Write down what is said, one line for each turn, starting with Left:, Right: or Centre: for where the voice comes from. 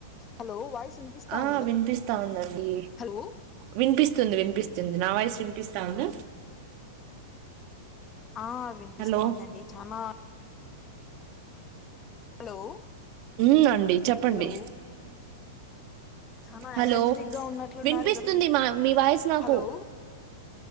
Left: హలో వాయిస్ వినిపిస్తా
Right: ఆ
Left: ఉందా
Right: వినిపిస్తా ఉందండి.
Left: హలో
Right: వినిపిస్తుంది. వినిపిస్తు నా వాయిసు వినిపిస్తా
Left: ఓకే
Right: ఉందా
Left: ఆ వినిపిస్తా
Right: హలో
Left: ఉందండి. చానా హలో
Right: ఉ అండి చెప్పండి.
Left: హలో చాలా
Right: హలో
Left: ఎనర్జెటిక్ గా ఉన్నట్లున్నారు
Right: వినిపిస్తుంది
Left: ఈరోజు
Right: మా మీ వాయిస్ నాకు
Left: హలో